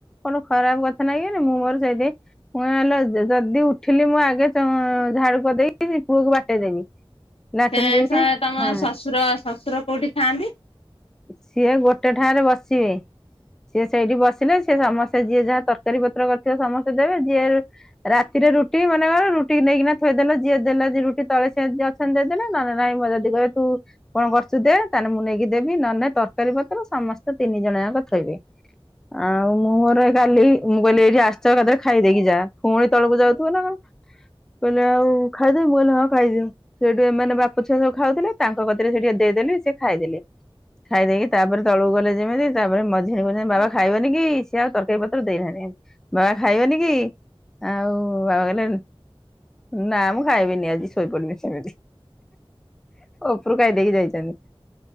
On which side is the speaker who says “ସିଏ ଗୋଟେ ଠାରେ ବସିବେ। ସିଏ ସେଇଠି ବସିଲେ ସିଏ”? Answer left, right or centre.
Centre